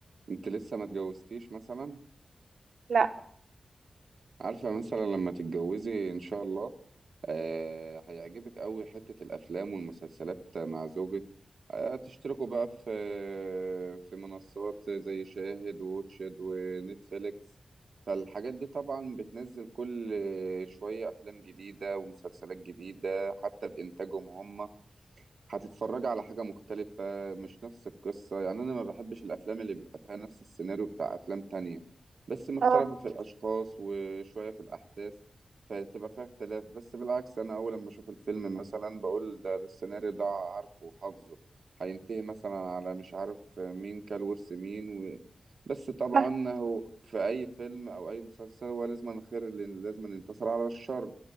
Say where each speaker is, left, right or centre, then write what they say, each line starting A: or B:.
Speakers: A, on the right; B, on the right.
A: انت لسه ما اتجوزتيش مثلا
B: لا
A: عارفة مثلا لما تتجوزي إن شاء الله آه هيعجبك أوي حتة الأفلام والمسلسلات مع زوجك آه تشتركوا بقى في في منصات زي شاهد ووتشد ونتفليكس فالحاجات دي طبعا بتنزل كل شوية أفلام جديدة ومسلسلات جديدة حتى بإنتاجهم هم هتتفرج على حاجة مختلفة مش نفس القصة يعني أنا ما بحبش الأفلام اللي بيبقى فيها نفس السيناريو بتاع أفلام تانية بس مختلفة
B: اه
A: في الأشخاص وشوية في الأحداث فتبقى فيها اختلاف بس بالعكس أنا أول لما أشوف الفيلم مثلا بقول ده, ده السيناريو ده عارفه وحافظه هينتهي مثلا على مش عارف مين كل ورث مين و... بس طبعا
B: <laughs> صح.
A: هو في أي فيلم أو أي مسلسل هو لازم الخير اللي لازم ينتصر على الشر